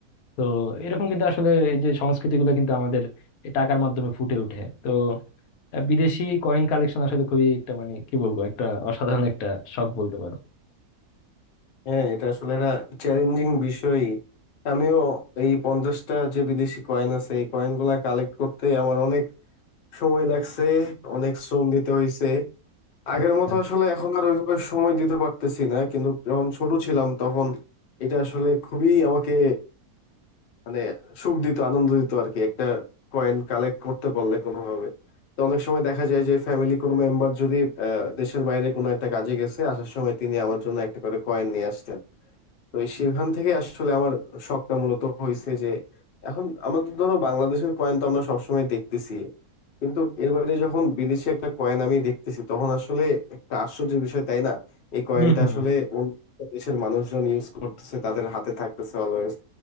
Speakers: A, on the left (about 75°); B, on the left (about 60°).
A: তো এরকম কিন্তু আসলে এই যে সংস্কৃতিগুলো কিন্তু আমাদের এই টাকার মাধ্যমে ফুটে ওঠে তো আহ, বিদেশি কয়েন কালেকশন আসলে খুবই একটা মানে কি বলবো একটা অসাধারণ একটা শখ বলতে পারো
B: হ্যাঁ এটা আসলে একটা চ্যালেঞ্জিং বিষয় আমিও এই পঞ্চাশটা যে বিদেশি কয়েন আছে এই কয়েন গুলা কালেক্ট করতে আমার অনেক সময় লাগছে অনেক শ্রম দিতে হয়েছে আগের
A: আচ্ছা
B: মতো আসলে এখন আর ওইভাবে সময় দিতে পারতেছি না কিন্তু যখন ছোট ছিলাম তখন এটা আসলে খুবই আমাকে মানে সুখ দিত আনন্দ দিত আর কি একটা কয়েন কালেক্ট করতে পারলে কোনোভাবে তো অনেক সময় দেখা যায় যে ফ্যামিলি কোনো মেম্বার যদি আহ, দেশের বাইরে কোনো একটা কাজে গেছে আসার সময় তিনি আমার জন্য একটা করে কয়েন নিয়ে আসতেন তো এই সেখান থেকে আসলে আমার শখটা মূলত হয়েছে যে এখন আমাদের ধরো বাংলাদেশের কয়েন তো আমরা সবসময় দেখতেছি কিন্তু এর বাইরে যখন বিদেশি একটা কয়েন আমি দেখতেছি তখন আসলে একটা আশ্চর্যের বিষয় তাই না এই কয়েনটা
A: হম হম
B: আসলে অন্য একটা দেশের মানুষজন ইউজ করতেছে তাদের হাতে থাকতেছে অলওয়েজ